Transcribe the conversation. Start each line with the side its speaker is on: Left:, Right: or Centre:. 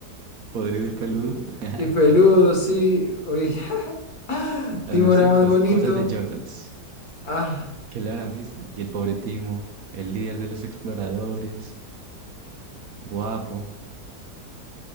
Right: Podrido y peludo, <laughs>
Left: y peludo, sí? Uy, <laughs>
Right: Ah,
Left: Timo
Right: no sé,
Left: era más
Right: cos-
Left: bonito.
Right: cosas de Yordles.
Left: Ah.
Right: ¿Qué le habrán visto? Y el pobre Timo, el líder de los exploradores, guapo,